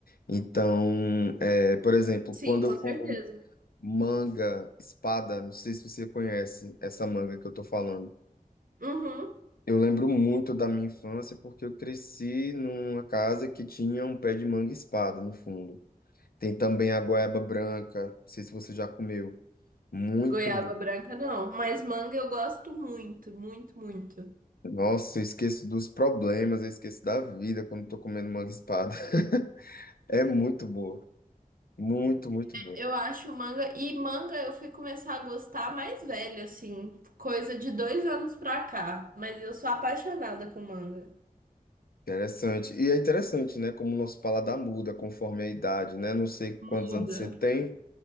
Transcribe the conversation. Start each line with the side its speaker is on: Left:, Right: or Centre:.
Left: Então, é, por exemplo,
Right: Sim,
Left: quando
Right: com
Left: eu
Right: certeza.
Left: como manga, espada, não sei se você conhece essa manga que eu tô falando.
Right: Uhum.
Left: Eu lembro muito da minha infância porque eu cresci numa casa que tinha um pé de manga e espada no fundo. Tem também a goiaba branca, não sei se você já comeu. Muito
Right: Goiaba
Left: bom.
Right: branca não, mas manga eu gosto muito, muito, muito.
Left: Nossa, eu esqueço dos problemas, eu esqueço da vida quando tô comendo manga e espada. <laughs> É muito boa. Muito, muito boa.
Right: Eu acho manga e manga eu fui começar a gostar mais velha, assim, coisa de dois anos pra cá. Mas eu sou apaixonada com manga.
Left: Interessante. E é interessante, né? Como o nosso paladar muda conforme a idade, né? Não sei
Right: Muda.
Left: quantos anos você tem,